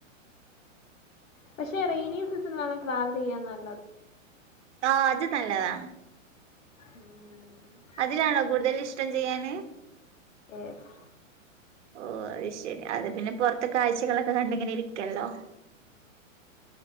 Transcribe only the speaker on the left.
പക്ഷെ റെയ്നിസീസണിലാണ് ട്രാവൽ ചെയ്യാൻ നല്ലത്
ഉം
ഏഫ്